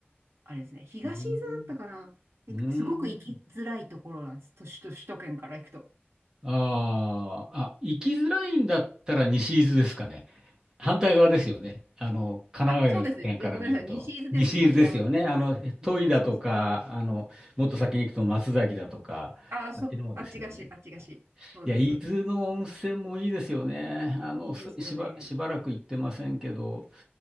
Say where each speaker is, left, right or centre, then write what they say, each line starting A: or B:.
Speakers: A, on the right; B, on the right.
A: あれですね、東伊豆だったかな。
B: うん、
A: ですごく行きづらいところなんです。
B: うん。
A: 都市と首都圏から行くと。
B: ああ、あ、行きづらいんだったら西伊豆ですかね。反対側ですよね。あの、神奈川県から見ると。
A: あ、そうですね。えごめんなさい。西伊豆ですね。
B: 西伊豆ですよね。
A: 間違えました。
B: あの、戸井だとか、
A: そうそうそう。
B: あの、もっと先に行くと松崎だとか、
A: あ、そう、
B: あっちの方ですよね。
A: あっちがし、あっちがし。そうです、
B: いや、伊豆の温泉もいいですよね。
A: そうです。
B: あの、
A: いいですよね。
B: すしば、しばらく行ってませんけど、